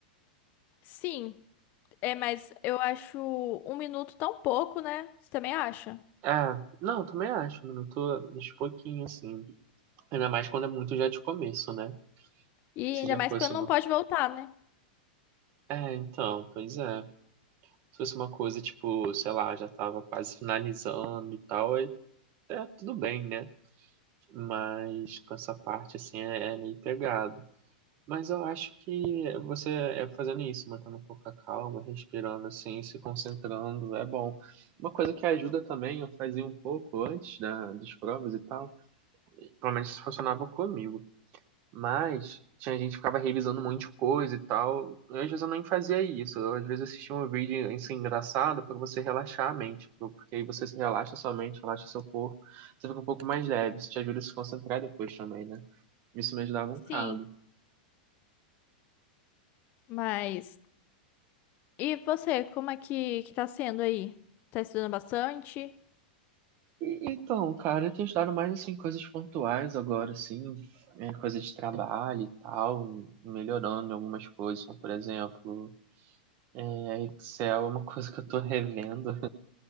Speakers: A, on the left; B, on the right.
A: Sim, é, mas eu acho um minuto tão pouco, né? Você também acha?
B: Ah, não, também acho, mano, eu tô uns pouquinho, assim, ainda mais quando é muito já de começo, né?
A: E
B: Se
A: ainda
B: já
A: mais
B: fosse
A: quando não
B: uma...
A: pode voltar, né?
B: É, então, pois é. Se fosse uma coisa, tipo, sei lá, já tava quase finalizando e tal, aí, é, tudo bem, né? mas com essa parte assim é, é meio pegado. Mas eu acho que você é fazendo isso, mantendo um pouco a calma, respirando assim, se concentrando, é bom. Uma coisa que ajuda também, eu fazia um pouco antes da, das provas e tal, pelo menos isso funcionava comigo. Mas tinha gente que ficava revisando um monte de coisa e tal. E às vezes eu nem fazia isso. Eu, às vezes assistia um vídeo assim, engraçado para você relaxar a mente, pro- porque aí você se relaxa sua mente, relaxa seu corpo, você fica um pouco mais leve, isso te ajuda a se concentrar depois também, né? Isso me ajudava um
A: Sim.
B: bocado.
A: Mas e você, como é que que tá sendo aí? Tá estudando bastante?
B: E, então, cara, eu tenho estudado mais assim coisas pontuais agora, assim, é, coisa de trabalho e tal, melhorando em algumas coisas. Então, por exemplo, é, Excel é uma <laughs> coisa que eu tô revendo.